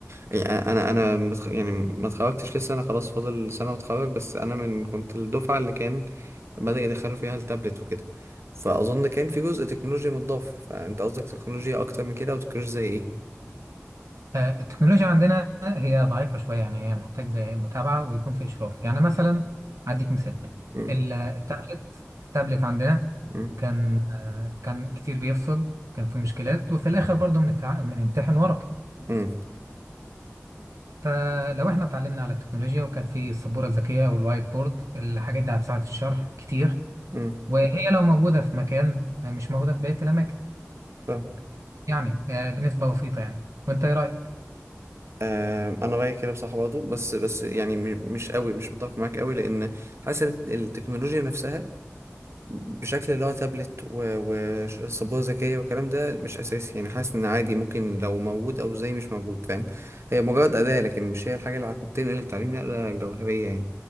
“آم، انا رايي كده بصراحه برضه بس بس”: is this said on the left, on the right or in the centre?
Right